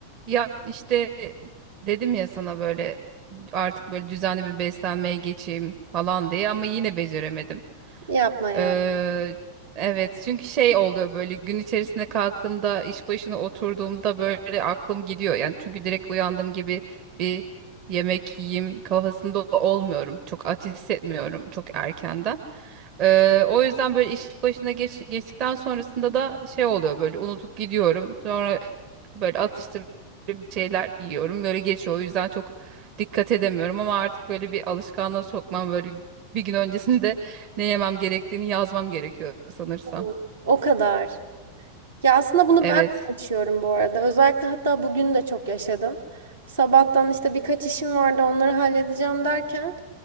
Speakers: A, on the right (about 40°); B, on the right (about 70°).
A: Ya işte dedim ya sana böyle artık böyle düzenli bir beslenmeye geçeyim falan diye ama yine beceremedim.
B: Yapma ya.
A: Eee, evet çünkü şey oluyor böyle gün içerisinde kalktığımda iş başına oturduğumda böyle aklım gidiyor. Yani çünkü direkt uyandığım gibi bir yemek yiyeyim kafasında olmuyorum. Çok aç hissetmiyorum çok erkenden. Eee, o yüzden böyle iş başına geç, geçtikten sonrasında da şey oluyor böyle unutup gidiyorum. Sonra böyle atıştırıcı bir şeyler yiyorum. Böyle geçiyor. O yüzden çok dikkat edemiyorum ama artık böyle bir alışkanlığa sokmam böyle bir gün öncesinde ne yemem gerektiğini yazmam gerekiyor sanırsam.
B: O o kadar. Ya aslında bunu
A: Evet.
B: ben de yaşıyorum bu arada. Özellikle hatta bugün de çok yaşadım. Sabahtan işte birkaç işim vardı onları halledeceğim derken